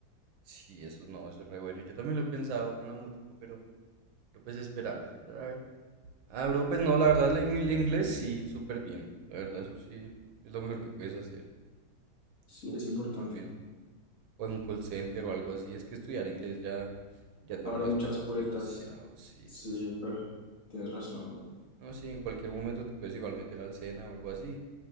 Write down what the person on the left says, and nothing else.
Sí,
es importante.
Abre
muchas
puertas.
Sí,
pero tienes razón, bro.